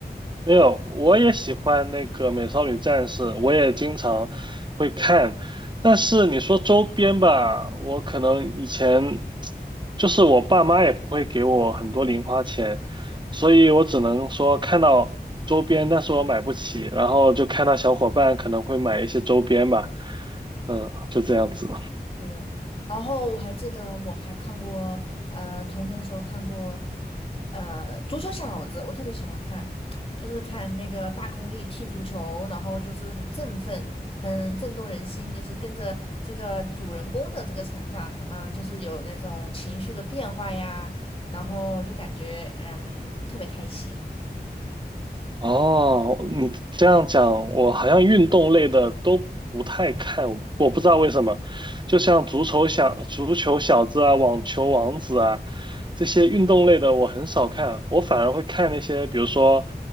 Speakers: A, on the right (about 25°); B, on the left (about 35°).
A: 没有，我也喜欢那个《美少女战士》，我也经常会看。但是你说周边吧，我可能以前就是我爸妈也不会给我很多零花钱，所以我只能说看到周边，但是我买不起，然后就看到小伙伴可能会买一些周边吧，嗯，就这样子。
B: 对，然后我还记得我还看过，呃，童年的时候看过，呃，足球小子，我特别喜欢看，就是看那个大空翼踢足球，然后就是很振奋，很震动人心，就是跟着这个主人公的这个成长，嗯、就是有那种情绪的变化呀，然后就感觉嗯特别开心。
A: 哦，你这样讲，我好像运动类的都不太看，我不知道为什么。就像足球小足球小子啊、网球王子啊这些运动类的，我很少看，我反而会看那些，比如说